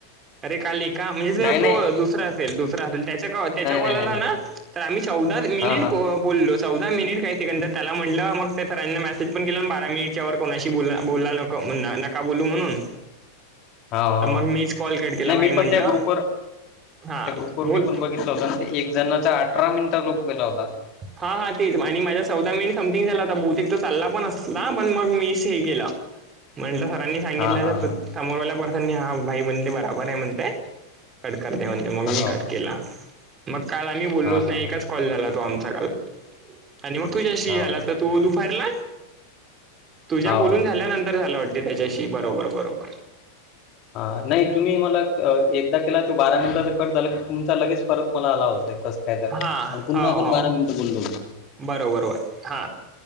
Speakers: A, on the right; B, on the left.
A: अरे काल का म्हणजे ज
B: नाही
A: तो
B: नाही
A: दुसरा असेल दुसरा असेल.
B: नाही
A: कला
B: नाही नाही नाही
A: ना तर आम्ही चौदा मि
B: हा हा
A: बोललो. चौदा मिनिट काही तिक तर त्याला म्हटलं मग ते सरां्यांनी मसेज पण केलं ना बारा मिनट ववर कोणाशी बोल बोलला नको. नका बोलू म्हणून
B: हाा
A: तर मग मीच कॉल कट केला
B: नाही
A: भाई
B: मी पण
A: म्हटलं
B: त्या ग्रुपवर
A: हा
B: त्या ग्रुप वर
A: बोल
B: मी पण बघितला होत ते एक जणचा अठरा मिनिटा लोक गेला होता.
A: हा हा तेच आणि माझा चौदा मिनिट समथिंग झाला होता बहुतेको चालला पण असता ना पण मग मीस हे केला. म्हणलं सरांनी सांगितलं
B: हा हा हा
A: तर समोरवाल्या पर्सांनी हा भाई म्हणते बराबर आहे म्हणते. कट करते म्हणते मग मी कट
B: हो
A: केला. मग काल आम्ही बोललोच
B: हा हा
A: नाही
B: हा
A: एकाच कॉल झाला तो आमचा काल आणि मग तुझ्याशी या्याला
B: हो का
A: तर तू दुफारला तुझ्या बोलून
B: हो
A: झाल्यानंतर झाला वाटते त्याच्याशी बरोबर बरोबर
B: हा नाही तुम्ही मला एकदा केला त बारा मिमताचा कट झाला की तुमचा लगेच परत मला आला होता. कस काय तर
A: हा
B: पुन्हा
A: हो
B: आपण
A: हो
B: बारा मिनिटं बोललो होतती.
A: बरोबर बर हा